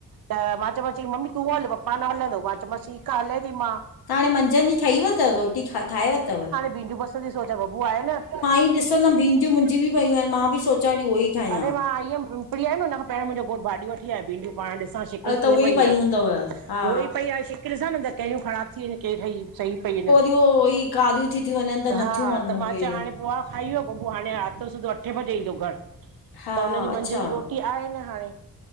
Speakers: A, on the right; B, on the left.
A: त मां चयमां, चई मम्मी तूं हल पप्पा न हलंदो, मां चयोमांसि ठीकु आ हले ती मां।
B: त हाणे मंझंन जी ठही वइ तव, रोटी ठाहे वरतवि?
A: ही बि बस् ई पई सोचां बबु आयलु आहे,
B: ई ॾिसंदमि भींडियूं मुंहिंजी बि पयूं आहिनि मां बि सोचां थी उहो ई ठाहियां।
A: अरे मां आई हुयमि फ्री आहे न, हुन खां पहिरों मुंहिंजो घोटु भाॼी वठी आयो, भींडियूं पाण ॾिसां शिकिल
B: अ त
A: कीअं
B: उहे
A: पई
B: ई पयूं
A: आहे?
B: हूंदव हा।
A: उहोई पई आहे। शिकिल ॾिसां न त कहिड़ियूं ख़राब थी वयूं आहिनि। कहिड़ी सही पई आहिनि अञां
B: ईयो उहोई कारियूं थी थियूं वञनि त नथियूं
A: हा
B: वणनि
A: त मां
B: उहे।
A: चयो हाणे पोहा खाई वियो बबू, हाणे राति जो सिधो अठें बजे ईंदो घरु। त
B: हा
A: हुनजी
B: अच्छा
A: मंझन जी रोटी आहे न हाणे